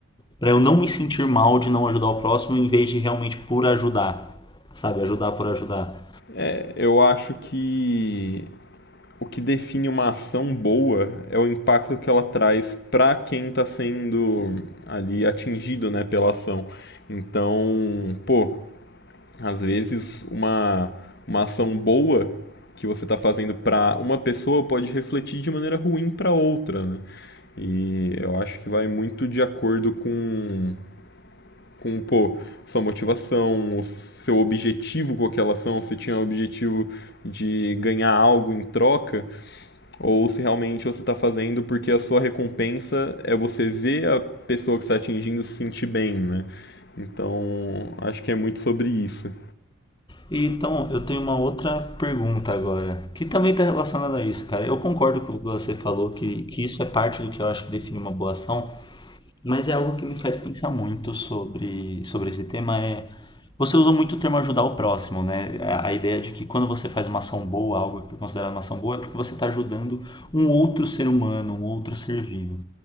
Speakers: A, on the left; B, on the left.
A: para eu não me sentir mal de não ajudar o próximo, em vez de realmente por ajudar, sabe? Ajudar por ajudar.
B: é, eu acho que o que define uma ação boa é o impacto que ela traz para quem está sendo ali atingido, né, pela ação. Então, pô, Às vezes, uma, uma ação boa que você está fazendo para uma pessoa pode refletir de maneira ruim para outra, né? E eu acho que vai muito de acordo com, com pô, sua motivação, o seu objetivo com aquela ação, se tinha o objetivo de ganhar algo em troca, ou se realmente você está fazendo porque a sua recompensa é você ver a pessoa que está atingindo se sentir bem, né? Então, acho que é muito sobre isso.
A: E, Então, eu tenho uma outra pergunta agora, que também está relacionada a isso, cara. Eu concordo com o que você falou, que, que isso é parte do que eu acho que define uma boa ação, mas é algo que me faz pensar muito sobre, sobre esse tema, é... Você usou muito o termo ajudar o próximo, né? A a ideia de que quando você faz uma ação boa, algo que é considerado uma ação boa, é porque você está ajudando um outro ser humano, um outro ser vivo.